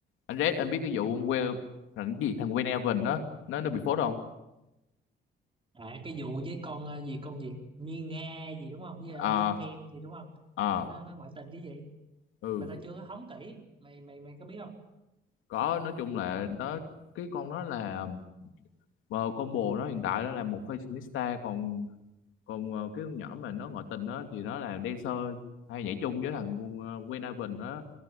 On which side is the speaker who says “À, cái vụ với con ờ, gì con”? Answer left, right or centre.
Right